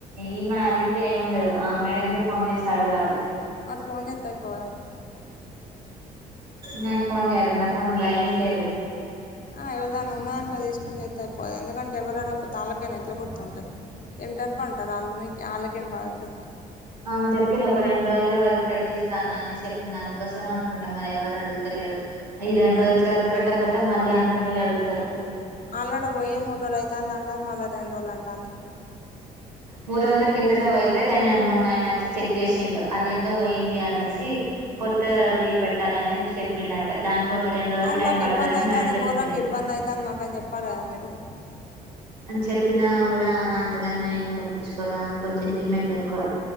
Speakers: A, on the right (about 85°); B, on the left (about 40°).
A: ఈమని అడిగితే ఏమి ఉండదు ఆ మేడకే ఫోన్ చేసి అడగాలి
B: మరి ఫోన్. చేత్త పోల
A: నేను ఫోన్ చేయలే నా ఫోన్ బ్యాలెన్స్ లేదు
B: ఆ ఎవరి దైన్ని ఉన్న అట్ల తీసుకొని చేస్త అయిపోతుదు ఎందుకంటే ఎవరుడో ఒక ఆళ్ళకైనా ఎట్లా కుర్తుంటాయి తింటర్పు పంటారు వాళ్మ వాళ్ళకేం బాగు ఉంటది
A: ఆమె చెప్పింది ఒక రెండు రోజుల వరకు పెట్టిస్తాను అనేసి చెప్పింది దందుకోసం అనుకుంటాం మరి ఎవరు అడుగుతలేరు ఈ రెండు
B: మరి
A: రోజుల తర్వాత పెట్టకపోతే మళ్ళీ అందరుూ పోయి అడుగుతరు
B: అళ్లో పోయయి మూడు రోజులు అవుతుంది అంట మళ్ళీ రెండు రోజులు అంటాంది
A: మూడు రోజుల కిందట పోయితే మొన్న ఆయన వచ్చి చెక్ చేసిండు అదేందో పోయింది అనేసి కొత్త అది పెట్టాలని చెప్పింది అంట దానికి ఒక రెండు రోజులు
B: అవున్
A: టైం
B: మాకు
A: పడుతుందని
B: ఇబ్బందయితా
A: మేడం చెప్పింది
B: గోరంగ ఇబ్బంది అయితే మాకా చెప్పాల మరు
A: అని చెప్పినా కూడ ఆమె అంతగానం ఏం పట్టించుకోదామె కొంచెం డిమాండ్ ఎక్కువ